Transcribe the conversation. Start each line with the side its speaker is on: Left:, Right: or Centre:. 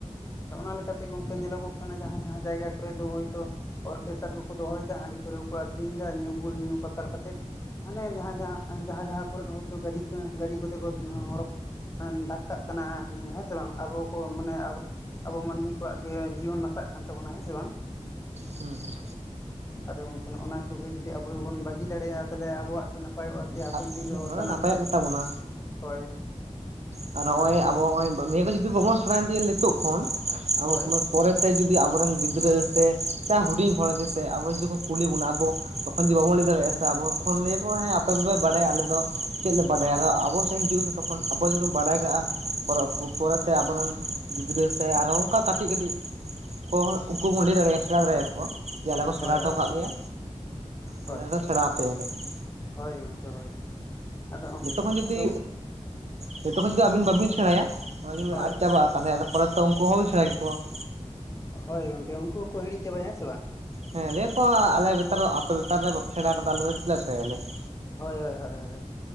Left: ᱫᱚ ᱚᱱᱟ ᱞᱮᱠᱟ ᱛᱮ ᱜᱟᱝᱠᱮ ᱧᱮᱞᱚᱜᱚᱜ ᱠᱟᱱᱟ ᱡᱟᱦᱟᱸᱼ ᱡᱟᱦᱟᱸ ᱡᱟᱭᱜᱟ ᱠᱚᱨᱮ ᱫᱚ ᱦᱳᱭᱛᱳ ᱚᱨᱠᱮᱥᱴᱟᱨ ᱠᱚᱠᱚ ᱫᱚᱦᱚᱭᱮᱫᱟ ᱦᱟᱺᱰᱤ ᱯᱟᱹᱣᱨᱟᱹ ᱠᱚ ᱟᱠᱷᱨᱤᱧᱮᱫᱟ ᱧᱩ ᱵᱩᱞ ᱧᱩ ᱯᱟᱛ ᱢᱟᱛᱟᱞ ᱠᱟᱛᱮᱫ ᱦᱟᱱᱮ ᱡᱟᱦᱟᱸ ᱡᱟᱦᱟᱸ ᱡᱟᱦᱟᱸ ᱡᱟᱦᱟᱸ ᱠᱚᱨᱮᱫ ᱦᱭᱛᱚ ᱜᱟᱹᱰᱤ ᱠᱚ ᱜᱟᱹᱰᱤ ᱠᱚᱛᱮ ᱠᱚ ᱦᱚᱨᱚᱜ ᱦᱮᱸ ᱫᱷᱟᱠᱟᱜ ᱠᱟᱱᱟ ᱦᱮᱸ ᱥᱮ ᱵᱟᱝ ᱟᱵᱚ ᱠᱚ ᱢᱟᱱᱮ ᱟᱵᱚ ᱟᱵᱚ ᱢᱟᱹᱱᱢᱤ ᱠᱚᱣᱟᱜ ᱜᱮ ᱡᱤᱭᱚᱱ ᱱᱟᱥᱟᱜ ᱠᱟᱱ ᱛᱟᱵᱚᱱᱟ ᱦᱮᱸ ᱥᱮ ᱵᱟᱝ
Right: ᱦᱮᱸ ᱦᱮᱸ
Left: ᱟᱫᱚ ᱜᱚᱝᱠᱮ ᱱᱚᱜᱼᱚ‌ ᱱᱚᱣᱟ ᱠᱚᱜᱮ ᱡᱩᱫᱤ ᱟᱵᱚ ᱜᱮᱵᱚᱱ ᱵᱟᱹᱜᱤ ᱫᱟᱲᱮᱭᱟᱜᱼᱟ ᱛᱟᱦᱚᱞᱮ ᱟᱵᱚᱣᱟᱜ ᱜᱮ ᱱᱟᱯᱟᱭᱚᱜᱼᱟ ᱥᱮ ᱦᱟᱯᱮᱱ
Right: ᱟᱨ
Left: ᱫᱤᱱ
Right: ᱦᱮᱸ
Left: ᱨᱮᱦᱚᱸ
Right: ᱚᱱᱟ
Left: ᱥᱟᱱᱟᱢ
Right: ᱫᱚ ᱱᱟᱯᱟᱭᱚᱜ ᱜᱮᱛᱟ ᱵᱚᱱᱟ
Left: ᱦᱚᱭ
Right: ᱟᱨ ᱱᱚᱜᱼᱚᱭ
Left: ᱦᱟᱯᱮᱱ
Right: ᱟᱵᱚ
Left: ᱫᱤᱱ
Right: ᱱᱤᱭᱟᱹ ᱫᱚ ᱡᱩᱫᱤ ᱵᱟᱵᱚᱱ ᱥᱮᱬᱟ ᱤᱱᱫᱤᱭᱟ ᱱᱤᱛᱚᱜ ᱠᱷᱚᱱ ᱟᱵᱚ
Left: ᱦᱳᱭ
Right: <unintelligible> ᱯᱚᱨᱮ ᱛᱮ ᱡᱩᱫᱤ ᱟᱵᱚᱨᱮᱱ ᱜᱤᱫᱽᱨᱟᱹ ᱥᱮ ᱦᱩᱰᱤᱧ ᱦᱚᱲ ᱜᱮ ᱥᱮ ᱟᱵᱚ ᱡᱩᱫᱤ ᱠᱚ ᱠᱩᱞᱤ ᱵᱚᱱᱟ ᱟᱵᱚ ᱛᱚᱠᱷᱚᱱ ᱡᱩᱤ ᱵᱟᱵᱚᱱ ᱞᱟᱹᱭ ᱫᱟᱲᱮᱭᱟᱜᱼᱟ ᱟᱵᱚ ᱦᱚ ᱛᱚᱠᱷᱚᱱ ᱞᱟᱹᱭ ᱟᱠᱚᱣᱟ ᱦᱮ ᱟᱯᱮ ᱫᱚᱯᱮ ᱵᱟᱰᱟᱭᱟ ᱟᱞᱮ ᱫᱚ ᱪᱮᱫ ᱞᱮ ᱵᱟᱰᱟᱭᱟ ᱟᱨᱦᱚ ᱟᱵᱚ ᱥᱮᱫ ᱦᱤᱡᱩᱜᱼᱟ ᱥᱮ ᱛᱚᱠᱷᱚᱱ ᱟᱵᱚ ᱡᱩᱫᱤᱵᱚᱱ ᱵᱟᱲᱟᱭ ᱠᱟᱜᱼᱟ ᱯᱚᱨᱮ ᱛᱮ ᱟᱵᱚᱨᱮᱱ ᱜᱤᱫᱽᱨᱟᱹ ᱥᱮ ᱟᱨᱦᱚᱸ ᱚᱱᱠᱟ ᱠᱟᱹᱴᱤᱡ ᱠᱟᱹᱴᱤᱡ ᱠᱚ ᱩᱱᱠᱩ ᱵᱚᱱ ᱞᱟᱹᱭ ᱫᱟᱲᱮ ᱥᱮᱬᱟ ᱫᱟᱲᱮᱭᱟᱠᱚᱣᱟ ᱡᱮ ᱟᱞᱮ ᱠᱚ ᱥᱮᱬᱟ
Left: ᱦᱳᱭ
Right: ᱦᱚᱴᱚ
Left: ᱦᱳᱭ
Right: ᱠᱟᱜ
Left: ᱦᱳᱭ
Right: ᱞᱮᱭᱟ
Left: ᱦᱳᱭ
Right: ᱟᱞᱮ ᱞᱮ ᱥᱮᱬᱟ ᱟᱯᱮᱭᱟ ᱮᱸᱰᱮᱠᱷᱟᱱ
Left: ᱦᱳᱭ ᱜᱚᱢᱠᱮ ᱦᱳᱭ ᱟᱫᱚ
Right: ᱡᱚᱛᱚ ᱠᱷᱚᱱ ᱡᱩᱫᱤ
Left: ᱟᱫᱚ
Right: ᱡᱚᱛᱚ ᱠᱷᱚᱱ ᱡᱩᱫᱤ ᱟᱹᱵᱤᱱ ᱵᱟᱹᱵᱤᱱ ᱥᱮᱬᱟᱭᱟ ᱚᱱᱟ ᱡᱩᱫᱤ
Left: ᱦᱳᱭ
Right: ᱟᱫ ᱪᱟᱵᱟᱜᱼᱟ ᱛᱟᱦᱚᱞᱮ ᱟᱫᱚ ᱯᱚᱨᱮ ᱛᱮ ᱩᱱᱠᱩ ᱦᱚᱸ ᱵᱟᱹᱵᱤᱱ ᱥᱮᱬᱟ ᱠᱮᱠᱚᱣᱟ ᱾
Left: ᱦᱳᱭ ᱜᱚᱝᱠᱮ ᱩᱱᱠᱩ ᱦᱚᱠᱚ ᱦᱤᱲᱤᱧ ᱪᱟᱵᱟᱭᱟ ᱦᱮᱸ ᱥᱮ ᱵᱟᱝ?
Right: ᱦᱮᱸ ᱞᱟᱹᱭᱟᱠᱚ ᱟᱞᱮ ᱵᱮᱛᱟᱨ ᱨᱮ ᱟᱯᱮ ᱵᱮᱛᱟᱨ ᱨᱮ ᱵᱟᱯᱮ ᱥᱮᱬᱟ ᱠᱟᱫᱟ ᱟᱞᱮ ᱫᱚ ᱪᱮᱫᱟᱜ ᱥᱮᱬᱟᱭᱟᱞᱮ ᱾
Left: ᱦᱳᱭ ᱦᱳᱭ ᱦᱳᱭ